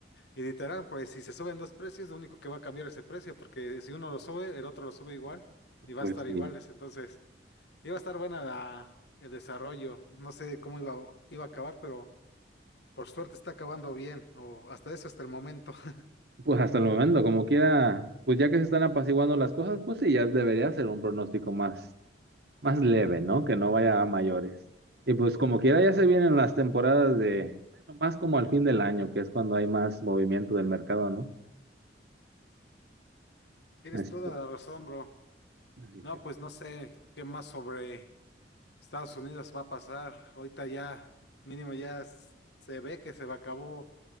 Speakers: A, on the left (about 65°); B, on the right (about 60°).
A: y literal, pues si se suben dos precios, lo único que va a cambiar es el precio, porque si uno lo sube, el otro lo sube igual y va
B: pues
A: a estar
B: sí.
A: iguales, entonces iba a estar buena la, el desarrollo, no sé cómo iba, iba a acabar, pero por suerte está acabando bien, o hasta eso, hasta el momento. <laughs>
B: Pues hasta el momento, como quiera, pues ya que se están apaciguando las cosas, pues sí, ya debería ser un pronóstico más, más leve, ¿no? Que no vaya a mayores. Y pues como quiera, ya se vienen las temporadas de, bueno, más como al fin del año, que es cuando hay más movimiento del mercado, ¿no?
A: Tienes
B: Así
A: toda
B: que,
A: la razón, bro.
B: así
A: No,
B: que.
A: pues no sé qué más sobre Estados Unidos va a pasar. Ahorita ya, mínimo ya s- se ve que se va acabó